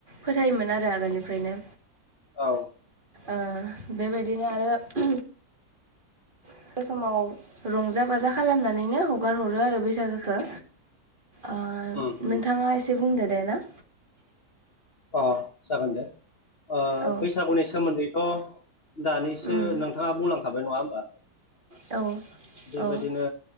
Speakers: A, on the right; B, on the left.
A: फोथायोमोन आरो आगोलनिफ्रायनो
B: औ
A: ओ बेबायदिनो आरो <unintelligible> समाव रंजा बाजा खालामनानैनो हगार हरो आरो बैसागोखो। ओ
B: उम
A: नोंथाङा
B: उम
A: एसे बुंदो दे ना।
B: अ जागोन दे ओ
A: औ
B: बैसागुनि सोमोन्दैथ' दानिसो
A: उम
B: नों थाङा बुंलांखाबाय नङा होमबा?
A: औ।
B: बेबायदिनो
A: औ